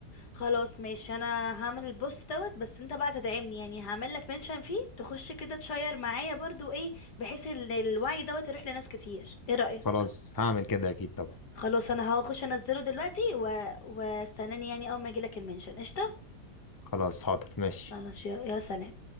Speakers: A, on the left (about 80°); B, on the left (about 15°).
A: خلاص ماشي انا هعمل البوست دوت بس انت بقى تدعمني يعني هعمل لك منشن فيه تخش كده تشير معايا برضو ايه بحيث ان الوعي دوت يروح لناس كتير ايه رأيك
B: خلاص هعمل كده اكيد طبعا
A: خلاص انا هخش انزله دلوقتي و... واستناني يعني اول ما يجيلك المنشن قشطه
B: خلاص حاضر ماشي
A: انا يا سلام